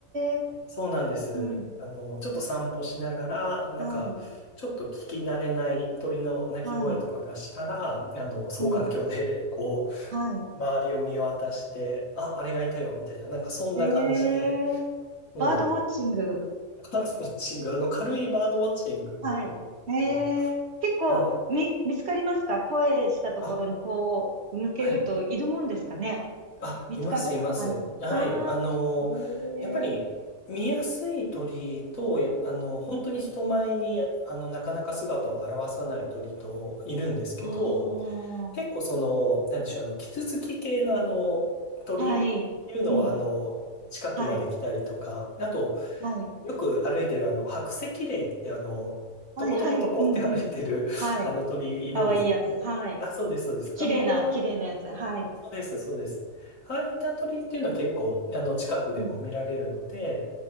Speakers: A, on the right; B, on the left.
A: え、
B: そうなんです。
A: うん。
B: あの、ちょっと散歩しながら、なんか、
A: はい。
B: ちょっと聞き慣れない鳥の鳴き声とかがしたら、
A: はい。
B: あの、双眼鏡で、
A: うん。
B: こ
A: はい。
B: う、周りを見渡して、あ、あれがいたよ、みたいな、なんかそんな感じで、
A: ええ、
B: も
A: バードウォッチング。
B: う、バードウォッチング、あの、軽いバードウォッチングの、
A: はい。へえ、結構み、
B: はい。
A: 見つかりますか声したところにこう、
B: あ、
A: 向けるといるもんですかね
B: はい。あ、
A: 見つかるはい。
B: います、います。はい。
A: ああ、
B: あの、
A: へえ、
B: やっぱり見やすい鳥と、や、あの、本当に人前に、あの、なかなか姿を現さない鳥といるんですけど、
A: ああ、
B: 結構その、なんでしょう、あの、キツツキ系のあの、鳥いうのは、
A: はい、うん、
B: あの、近くまで来たりとか、
A: はい、
B: あと、
A: はい、
B: よく歩いてるあの、白石霊ってあの、
A: はい、
B: トコトコトコって歩いてる、
A: はい、うん、うん、はい。
B: あの鳥いるんです。
A: かわいいやつ、はい。
B: あ、そうです、そうです。
A: 綺麗な、
B: あの
A: 綺麗なやつ、はい、
B: そうです、そうです。ああいった鳥っていうのは結構、あの、近くでも見られるので、
A: うん、